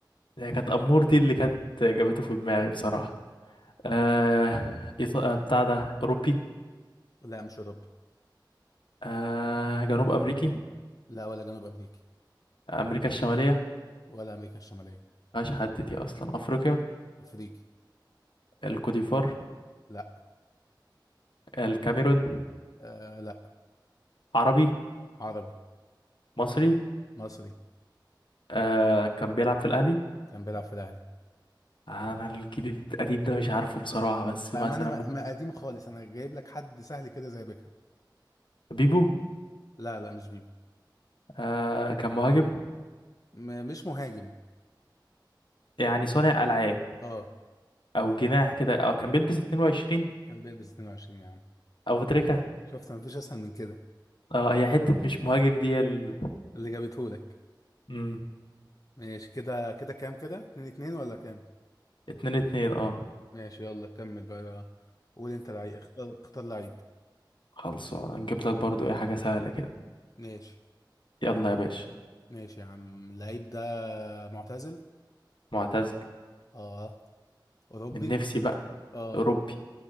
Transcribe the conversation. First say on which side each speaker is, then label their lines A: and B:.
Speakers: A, on the left; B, on the left.
A: هي كانت امور دي اللي كانت جابته في دماغي بصراحة آه إيط- آه، بتاع ده أوروبي
B: لا مش اوروبي
A: آه جنوب أمريكي
B: لا ولا جنوب امريكي
A: أمريكا الشمالية
B: ولا امريكا الشماليه
A: مفيهاش حد دي أصلا أفريقيا
B: افريقي
A: الكوديفوار
B: لا
A: الكاميرون
B: آه لا
A: عربي
B: عربي
A: مصري
B: مصري
A: آه كان بيلعب في الأهلي
B: كان بيلعب في الاهلي
A: أنا الجيل القديم ده مش عارفه بصراحة بس
B: ما
A: مثلا
B: ما انا ما
A: ممكن
B: ما قديم خالص انا جايب لك حد سهل كده زي بيكهام
A: بيبو
B: لا لا مش بيبو
A: آه كان مهاجم
B: م مش مهاجم
A: يعني صانع ألعاب
B: اه
A: أو جناح كده أو كان بيلبس 22
B: كان بيلبس 22 يا عم
A: أو تريكة
B: شفت مفيش اسهل من كده
A: اه هي حتة مش مهاجم دي ال...
B: اللي جابته لك
A: مم.
B: ماشي كده كده كام كده 2 2 ولا كام
A: اتنين اتنين اه
B: ماشي يلا كمل بقى قول انت لعيب اختار اختار لعيب
A: خلصان هنجيب لك برضو ايه حاجة سهلة كده
B: ماشي
A: يلا يا باشا
B: ماشي يا عم اللعيب ده معتزل
A: معتزل
B: اه اوروبي
A: من نفسي بقى
B: اه
A: أوروبي